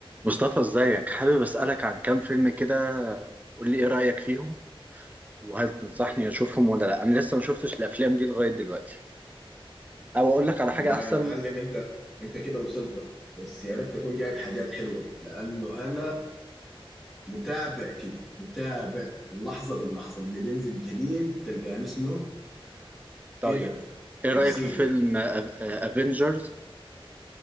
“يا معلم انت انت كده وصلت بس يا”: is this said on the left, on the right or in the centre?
Centre